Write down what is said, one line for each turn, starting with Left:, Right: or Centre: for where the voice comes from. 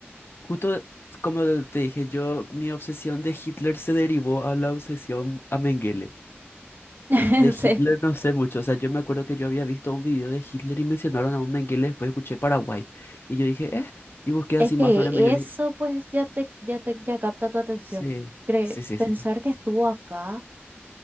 Left: justo como te dije, yo, mi obsesión de Hitler se derivó a la obsesión a Mengele.
Right: <laughs>
Left: De Hitler
Right: Sí.
Left: no sé mucho, o sea, yo me acuerdo que yo había visto un video de Hitler y mencionaron a un Mengele, después escuché Paraguay. Y yo dije, eh, y busqué
Right: Es
Left: así
Right: que
Left: más sobre Mengele
Right: eso pues ya te, ya te, ya capta tu atención.
Left: Sí,
Right: Cre-
Left: sí, sí,
Right: pensar
Left: sí.
Right: que estuvo acá